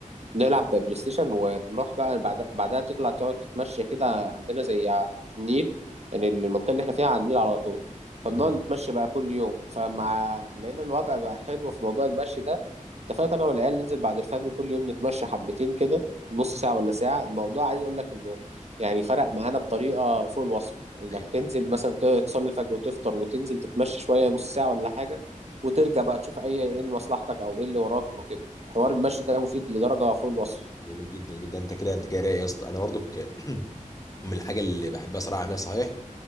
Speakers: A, on the right; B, on the left.
A: نلعب بلاي ستيشن ونروح بقى بعد... بعدها تطلع تقعد تتمشى كده عندنا زي ع- النيل يعني المنطقة اللي احنا فيها على النيل على طول فبنقعد
B: جميل
A: نتمشى بقى كل يوم فمع لقينا الوضع بقى حلو في موضوع المشي ده اتفقت انا والعيال ننزل بعد الفجر كل يوم نتمشى حبتين كده نص ساعة ولا ساعة الموضوع عايز اقول لك انه يعني فرق معانا بطريقة فوق الوصف انك
B: حقيقة
A: تنزل مثلا ت- تصلي الفجر وتفطر وتنزل تتمشى شوية نص ساعة ولا حاجة وترجع بقى تشوف اي ايه اللي مصلحتك او ايه اللي وراك او كده حوار المشي ده مفيد لدرجه فوق الوصف
B: جميل جدا جدا انت كده انت كده رايق يا اسطى انا برضك <clears throat> من الحاجه اللي بحبها صراحه اعملها صحيح